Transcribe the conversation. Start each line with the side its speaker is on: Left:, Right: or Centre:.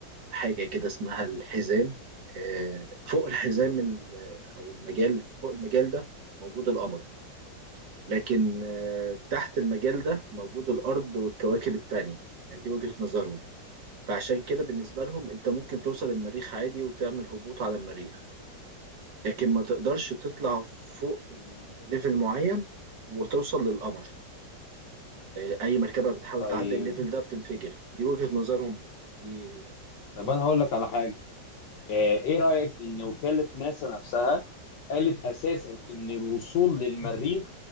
Right: حاجة كده اسمها الحزام آه، فوق الحزام ال- او المجال فوق المجال ده موجود القمر لكن آه، تحت المجال ده موجود الارض والكواكب التانية يعني دي وجهة نظرهم فعشان كده بالنسبة لهم انت ممكن توصل المريخ عادي وتعمل هبوط على المريخ لكن ما تقدرش تطلع فوق ليفل معين وتوصل للقمر آه، اي مركبة بتحاول
Left: طيب
Right: تعدي الليفل ده بتنفجر دي وجهة نظرهم دي
Left: طب انا هقول لك على حاجة آه، ايه رأيك ان وكالة ناسا نفسها قالت اساسا ان الوصول للمريخ